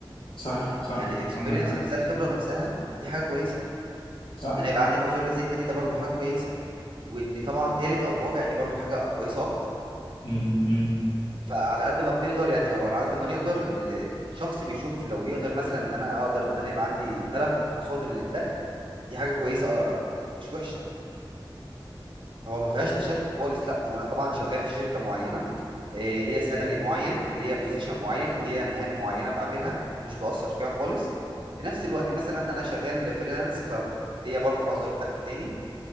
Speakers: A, on the left; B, on the right.
A: صح صح
B: يعني الاكسبيرينس
A: عندك حق
B: نفسها الخبره نفسها دي حاجه كويسه
A: صح
B: ان انا يبقى عندي مصدر رزق تاني ده برضو حاجه كويسه وان طبعا تالت او رابع دي برضو حاجه كويسه اكتر
A: امم
B: فعلى قد ما بنقدر يعني او على قد ما نقدر ال- الشخص بيشوف لو يقدر مثلا ان انا اقدر ان انا يبقى عندي ثلاث مصادر للدخل دي حاجه كويسه آه، مش وحشه هو ما فيهاش تشتت خالص لا هو انا طبعا شغال في شركه معينه إيه، ليا سالري معين ليا بوزيشن معين ليا مهام معينه بعملها مش باثر فيها خالص في نفس الوقت مثلا انا شغال فريلانس فليا برضو مصدر دخل تاني